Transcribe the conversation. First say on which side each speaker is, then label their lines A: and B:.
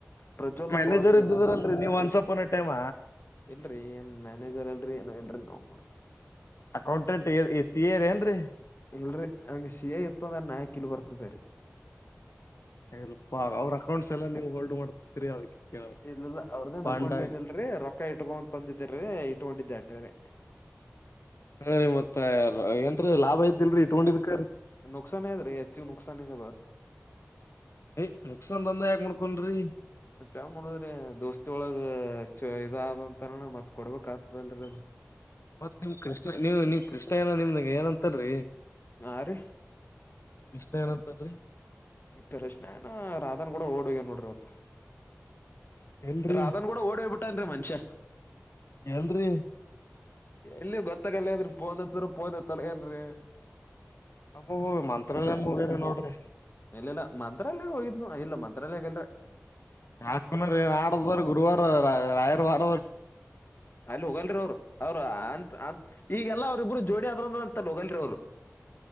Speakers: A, on the left (about 50°); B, on the left (about 80°).
A: ಪ್ರಜ್ವಲ್ನ
B: ಮ್ಯಾನೇಜರ್
A: ಬಾಸ್ರಿ
B: ಇದ್ದಿದ್ರಲ್ರರಿ ನೀವ್ ಒನ್ಸ್ ಅಪಾನ್ ಎ ಟೈಮ್
A: ಇಲ್ರಿ ಏನ್ ಮ್ಯಾನೇಜರ್ ಅಲ್ರಿ ಏನು ಇಲ್ರಿ ನಾವ.
B: ಅಕೌಂಟೆಂಟ್ ಎಸ್ ಸಿ ಎರ್ ಏನ್ರೀ.
A: ಇಲ್ರಿ ಹಂಗ ಸಿ ಎ ಇತ್ತಂದ್ರ ನಾಯಕಿಲ್ ಬರ್ತದರಿ.
B: ಎ ಇಲ್ಪಾ ಅವ್ರ. ಕೌಂಟ್ಸ ಎಲ್ಲಾ ನೀವು ಹೋಲ್ಡ್ ಮಾಡ್ತೀರಿ. ಕೇಳ್
A: ಇಲ್ಲ ಇಲ್ಲಾ ಅವ್ರದೆನ್
B: ಫಂಡಾಗಿ
A: ಅಕೊಂಟ ಏನ್ ಇಲ್ಲ ಲ್ರೀ ರೊಕ್ಕ ಇಟ್ಕೊಂತಂದಿರಿ ಇಟ್ಕೊಂಡಿದ್ದೆ. ತವೇ.
B: ಹ ರೀ ಮತ್ತ ಏನ್ರೀ ಲಾಭ ಐತಿಲ್ರರಿ ಇಟ್ಕೊಂಡಿದ್ಕರ.
A: ನುಕ್ಸಾನ ಅದ್ರೀ ಹೆಚ್ಚಿ ನುಕ್ಸಾನಂಗ
B: ಏಯ್ ನುಕ್ಸಾನ್ ದಂದ ಯಾಕ ಮಾಡ್ಕೊಂಡ್ರಿ
A: ಅದ ಚ ನೋಡದ್ರಿ ದೋಸ್ತಿ ಒಳಗ ಹೆಚ್ಚ ಇದಾದಂತರ ನ ಮತ್ ಕೊಡ್ಬೇಕ ಆಗ್ತದಲ್ರಿ ಅದು.
B: ಮತ್ ನಿಮ್ ಕೃಷ್ಣ ನೀವು ನೀವ್ ಕೃಷ್ಣ ಎಲ್ಲ ನಿಮ್ದಾಗ ಏನಂತರರಿ.
A: ಆ ರಿ.
B: ಕೃಷ್ಣ ಏನಂತನ್ರಿ
A: ಈ ಕೃಷ್ಣ ಏನೋ ರಾಧನ್ ಗೂಡ ಓಡಿ ಹೋಗ್ಯಾನ ನೋಡ್ರಿ ಅವತ್ತ್.
B: ಎಲ್ರಿ
A: ರಾಧನ್ ಗೂಡ ಓಡೋಗ ಬಿ ಟ ಮನ್ಷ್ಯ.
B: ಎಲ್ರಿ.
A: ಎಲ್ಲಿ ಗೊತ್ತಾಗಲ್ಲ ಆದ್ರ ಪೋನ್ ಹಚ್ಚಿರ ಪೋನ್ ಯತ್ತಲ್ಲಗೇನ್ರಿ.
B: ಅಬ್ಬಾಬಾ ಮಂತ್ರಾಲಯಂ ಹೋಗ್ಯಾರನ ನೋಡ್ರಿ.
A: ಇಲ್ಲೆಲ್ಲಾ ಮಂತ್ರಾಲಯ ಹೋಗಿದ್ನು ಇಲ್ಲಾ ಮಂತ್ರಾಲಯಕ ಇಲ್ರಿ.
B: ಯಾಕ ಆಡಾರ ಗುರುವಾರ. ರಾಯರ ವಾರ್.
A: ಅಲ್ಲಿ ಹೋಗಲ್ರಿ ಅವರ ಅವರ ಅಂತ ಅನ್ ಈಗೆಲ್ಲಾ ಅವ್ರಿಬ್ರು ಜೋಡಿ ಅದ್ರಂದ ಅಂತ ಹೋಗಲ್ರಿ ಅವ್ರು.